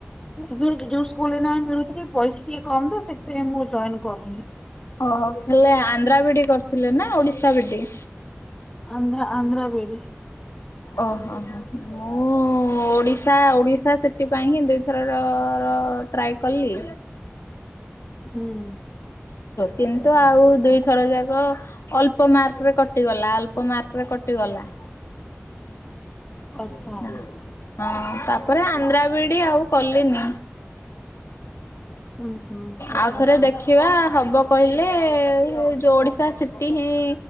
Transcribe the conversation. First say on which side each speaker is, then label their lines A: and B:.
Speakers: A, on the left; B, on the left.
A: ଯଉ ଯୋଉ ସ୍କୁଲରେ ନାଁ ମିଳୁଛିି ପଇସା ଟିକେ କମ ତ ସେଥିପାଇଁ ମୁଁ ଜଏନ କରୁନି।
B: ଓହୋ ଖାଲି ଆନ୍ଧ୍ରା ବି ଇଡି କରିଥିଲେ ନା Odisha B Ed.
A: Andhra Andhra B Ed.
B: ଓହୋ ହ ମୁଁ ଓଡ଼ିଶା ଓଡ଼ିଶା ସେଥିପାଇ ହିଁ ଦୁଇଥରରର ଟ୍ରାଏ କଲି।
A: ହୁଁ।
B: କିନ୍ତୁ ଆଉ ଦୁଇଥର ଯାକ ଅଳ୍ପ ମାର୍କ ରେ କଟିଗଲା ଅଳ୍ପ ମାର୍କ ରେ କଟିଗଲା। <unintelligible>
A: ଆଚ୍ଛା
B: ହଁ ତାପରେ ଆନ୍ଧ୍ରାବିଡି ଆଉ କଲିନୀ।
A: ହୁଁ ହୁଁ ଆଚ୍ଛା
B: ଆଉ ଥରେ
A: ଆଚ୍ଛା।
B: ଦେଖି ଦେଖିବା ହବ କହିଲେ ଯୋଉ ଓଡିଶା ସିଟି ହିଁ